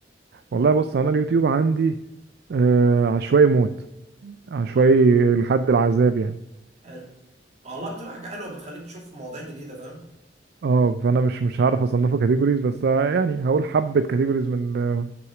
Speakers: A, on the right; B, on the right.
A: والله بص انا اليوتيوب عندي آه عشوائي موت عشوائي
B: اه
A: لحد العذاب يعني
B: حلو والله بتبقى حاجه حلوه بتخليك تشوف مواضيع جديده فاهم
A: اه فانا مش مش هعرف اصنفه كاتيجوريز بس آه، يعني هقول حبه كاتيجوريز من اه